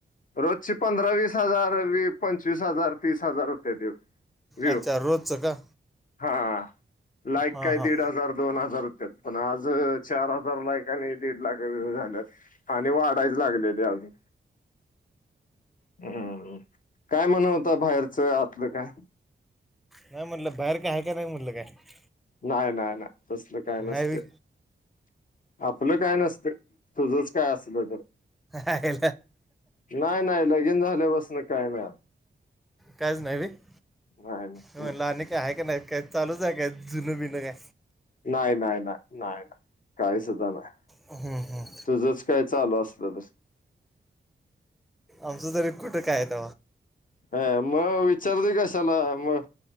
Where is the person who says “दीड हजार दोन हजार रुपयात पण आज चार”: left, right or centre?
Left